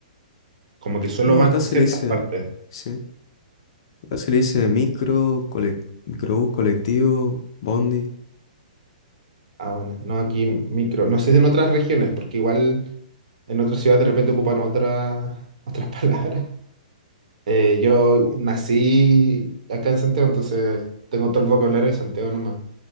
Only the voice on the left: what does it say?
no,
acá
se
le dice,
sí, acá se le dice micro, colec- microbús, colectivo, bondi.